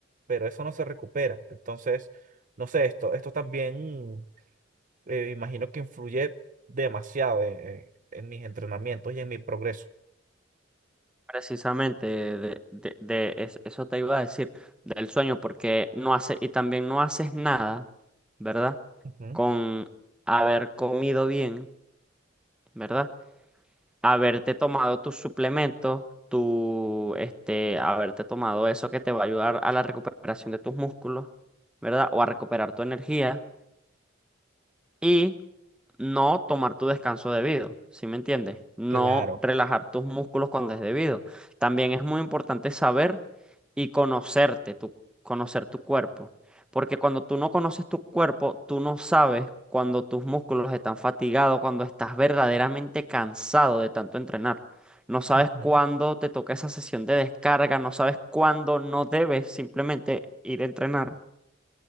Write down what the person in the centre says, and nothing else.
precisamente, de, de- de es- eso te iba a decir, del sueño, porque no hace, y también no haces nada, ¿verdad?
Con haber comido bien, ¿verdad? haberte tomado tus suplementos, tu, este, haberte tomado eso que te va a ayudar a la recuperación de tus músculos, ¿verdad? O a recuperar tu energía. Y no tomar tu descanso debido, ¿sí me entiendes? No
relajar tus músculos cuando es debido. También es muy importante saber y conocerte, tu, conocer tu cuerpo, porque cuando tú no conoces tu cuerpo, tú no sabes cuando tus músculos están fatigados, cuando estás verdaderamente cansado de tanto entrenar. No sabes
cuándo te toca esa sesión de descarga, no sabes cuándo no debes simplemente ir a entrenar